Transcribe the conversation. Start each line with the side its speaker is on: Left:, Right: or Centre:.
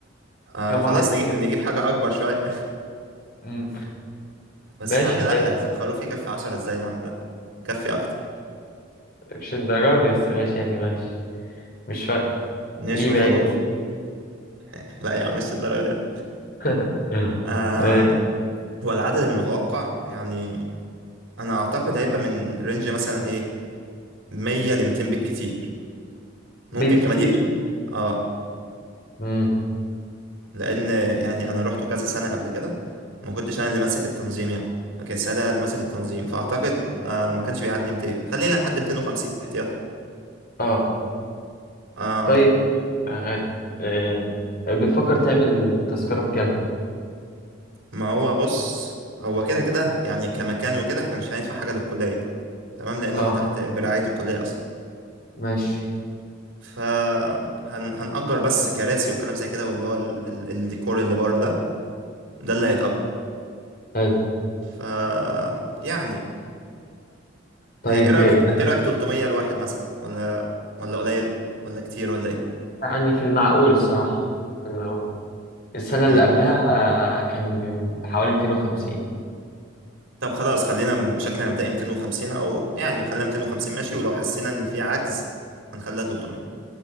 Right: آه
Left: كم
Right: خلاص
Left: واحد
Right: نجيب, نجيب حاجة أكبر شوية
Left: مم.
Right: <laughs> بس
Left: ماشي
Right: يا عم لأ
Left: حلو
Right: خ- خروف يكفي عشرة إزاي يا عم لأ كفي أكتر
Left: مش الدرجة دي بس ماشي يعني ماشي مش فارقة
Right: نشوي
Left: دي باقي
Right: خروف <laughs> لأ يا عم مش الدرجة دي
Left: <laughs>
Right: آه
Left: ماشي
Right: هو العدد المتوقع يعني أنا أعتقد هيبقى من رينج مثلا إيه مية لمتين بالكتير ممكن
Left: بالكتير
Right: كمان ي... اه
Left: مم.
Right: لان يعني انا روحته كذا سنه قبل كده ما كنتش انا اللي ماسك التنظيم يعني ما كانش انا اللي ماسك التنظيم فاعتقد آه ما كانش بيعدي 200 خلينا لحد 250 احتياطي
Left: اه
Right: آه
Left: طيب شغال آه، بتفكر تعمل تذكرة بكام؟
Right: ما هو بص هو كده كده يعني كمكان وكده احنا مش هندفع حاجه للكليه تمام لانه
Left: اه
Right: هو تحت برعايه الكليه اصلا
Left: ماشي
Right: فهنأجر بس كراسي وكلام زي كده واللي هو ال ال الديكور اللي بره ده ده اللي هيتأجر
Left: حلو
Right: ف يعني
Left: طيب
Right: آه، ايه رايك
Left: آه،
Right: ايه رايك 300 لواحد مثلا ولا ولا قليل ولا كتير ولا ايه
Left: يعني في المعقول الصراحة في المعقول السنة
Right: مم.
Left: اللي قبلها آه، كان ب- بحوالي 250
Right: طب خلاص خلينا بشكل مبدئي 250 او يعني خلينا 250 ماشي ولو حسينا ان في عجز هنخليها 300